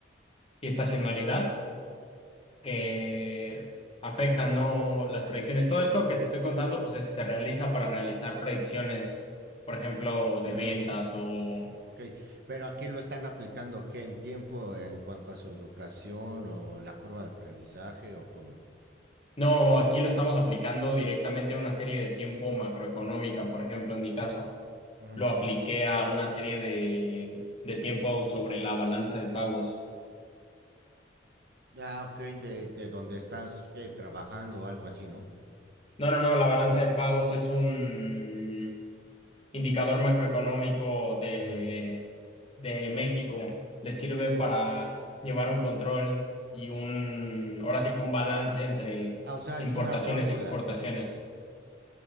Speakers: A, on the left; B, on the right.
A: y estacionalidad que afectan no las predicciones. Todo esto que te estoy contando pues se realiza para realizar predicciones, por ejemplo, de
B: ujú.
A: ventas o
B: Ok, pero aquí lo están aplicando, ¿qué? ¿En tiempo en cuanto a su educación o la curva de aprendizaje o cómo?
A: No, aquí lo estamos aplicando directamente a una serie de tiempo macroeconómica, por ejemplo, en mi caso,
B: Ujú.
A: lo apliqué a una serie de, de tiempo sobre la balanza de pagos.
B: Ah, ok, de, de donde estás, ¿qué? Trabajando o algo así, ¿no?
A: No, no, no, la balanza de pagos es un indicador macroeconómico de,
B: Ujú.
A: de México. Le sirve para llevar un control y un, ahora sí que un balance entre
B: Ah, o sea,
A: importaciones
B: es una fórmula.
A: y exportaciones.